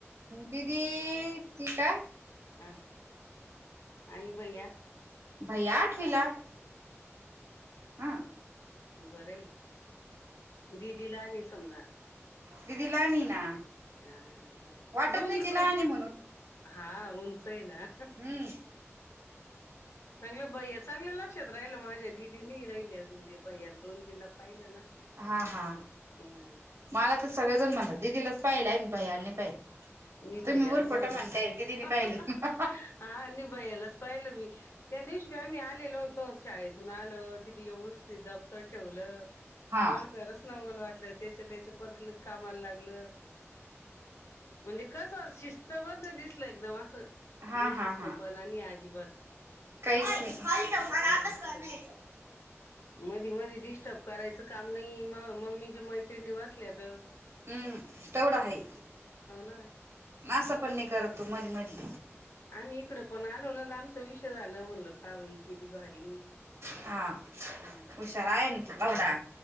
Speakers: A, on the right (about 60°); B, on the left (about 65°).
A: दीदी ती का?
B: आ आणि भैया?
A: भैय्या आठवीला, हा
B: बरंय दिदी लहान आहे समजा
A: दिदी लहानी आहे ना
B: आ मंग
A: वाटत
B: दोन्ही
A: नाही ती
B: पण
A: लहान आहे म्हणून
B: हा उंच आहे ना.
A: हम्म
B: चांगलं भैय्या चांगलं लक्षात राहिलं माझ्या दिदी नी राहिली अजून ते भैय्याल दोन तीनदा पाहिलं ना.
A: हा हा,
B: हम्म
A: मला तर सगळेजण म्हणतात, दिदीलाच पाहिलं आहे आम्ही भैय्याला नाही पाहिलं.
B: मी भैय्याला
A: तुम्ही उरफोट
B: पाहिलं,
A: म्हणताय दिदीने
B: हा
A: पाहिलं
B: आणि भैय्यालाच पाहिलं मी, त्या दिवशी बी आम्हीआलेलो होतो, शाळेतून आल किती व्यवस्थित दप प्तर ठेवलं,
A: हा
B: मला खरंच नवल वाटलं त्याच्या त्याच्या परत लगे कामाला लागलं. म्हणजे कसं शिस्तबद्द दिसल एकदम असं,
A: हा
B: बेशिस्तपणा
A: हा हा
B: नी अजिबात.
A: काहीच नाही, ओय खाली
B: म्हणलं
A: ठेव मला
B: बाई
A: अभ्यास करणे
B: खरंच
A: याच्यावर.
B: मधी मधी डिस्टर्ब करायचं काम नाही म मम्मीच्या मैत्रिणी बसल्या त.
A: हम्म तेवढा हाय
B: ना
A: असं पण नाही करत तो मधी मधी.
B: आम्ही इकडं पण आलो ना त आमचा विषय झाला म्हणलं पहा बाई किती भारी.
A: हा
B: हम्म
A: हुशार आहे न तो तेवढा.